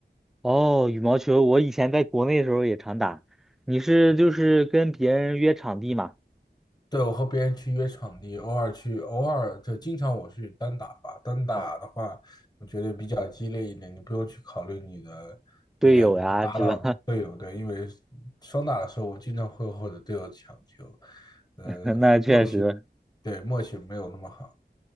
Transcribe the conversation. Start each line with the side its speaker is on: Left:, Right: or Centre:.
Centre: 哦，羽毛球，我以前在国内的时候也常打。你是就是跟别人约场地嘛，
Left: 对，我和别人去约场地，偶尔去，偶尔就经常我去单打吧。单打的话，我觉得比较激烈一点，你不用去考虑你的、
Centre: 队友呀，
Left: 你的、你的搭档队友，
Centre: 是吧？
Left: 对，因为双打的时候，我经常会和我的队友抢球，呃，
Centre: <laughs> 那确实，
Left: 默契，对，默契没有那么好。